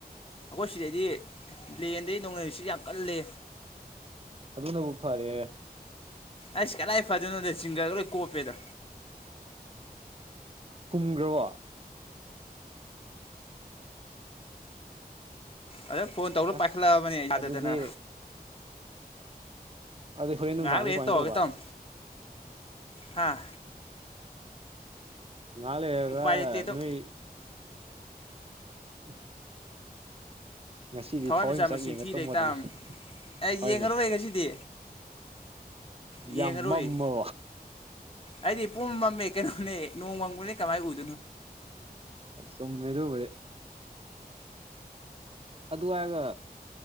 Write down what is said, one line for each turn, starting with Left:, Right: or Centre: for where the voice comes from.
Left: ꯑꯩꯈꯣꯏ ꯁꯤꯗꯩꯗꯤ ꯄꯕ꯭ꯂꯦꯟꯗꯩ ꯅꯧꯅꯔꯤꯁꯤ ꯌꯥꯝ ꯀꯂ
Right: ꯑꯗꯨꯅ ꯑꯃꯨꯛ ꯐꯔꯦ
Left: ꯑꯩꯁ ꯀꯗꯥꯏ ꯐꯗꯣꯏꯅꯣꯗ ꯁꯤꯡꯤꯡꯒꯔꯒ ꯂꯣꯏ ꯀꯣꯞꯄꯦꯗ
Right: ꯍꯨꯝꯈ꯭ꯔꯕ
Left: ꯑꯗꯨꯣ ꯐꯣꯟ ꯇꯧꯔꯒ
Right: ꯑꯁ
Left: ꯄꯥꯏꯈꯠꯂꯛꯑꯕꯅꯤ ꯑꯩ ꯌꯥꯗꯗꯅ
Right: ꯑꯗꯨꯗꯤ ꯑꯗꯨꯗꯤ ꯍꯣꯔꯦꯟ ꯅꯨꯡꯗꯥꯡꯗꯤ
Left: ꯉ ꯂꯩ
Right: ꯀꯃꯥꯏꯅ
Left: ꯇ ꯍꯧꯒꯦ
Right: ꯇꯧꯕ
Left: ꯇꯝ ꯍꯥꯥ
Right: ꯃꯥꯂꯦꯕ
Left: ꯎꯄꯥꯏ ꯂꯩꯇꯦ ꯑꯗꯨꯝ
Right: ꯅꯣꯏꯣꯏ ꯎꯝ ꯉꯁꯤꯗꯤ
Left: ꯊꯋꯥꯟ
Right: ꯊꯋꯥꯏꯃꯤꯆꯥꯛ
Left: ꯃꯤꯆꯥꯛ ꯃꯁꯤꯡ
Right: ꯌꯦꯡꯉ
Left: ꯊꯤ
Right: ꯇꯨꯝꯃꯣꯗꯅ
Left: ꯂꯩ ꯇꯥꯕꯅꯤ ꯑꯩ
Right: ꯍꯣꯏꯅꯦ
Left: ꯌꯦꯡꯉꯔꯣꯏ ꯉꯁꯤꯗꯤ ꯌꯦꯡꯉꯔꯣꯏ
Right: ꯌꯥꯝ ꯃꯃ
Left: ꯑꯩꯗꯤ ꯄꯨꯝ ꯃꯝꯃꯦ ꯀꯩꯅꯣꯅꯦ ꯅꯣꯡ ꯃꯪꯝꯕꯅꯦ ꯀꯃꯥꯏꯅ ꯎꯏ
Right: ꯆꯃꯦ ꯑꯗꯨꯕ ꯑꯗꯨ ꯍꯥꯏꯔꯒ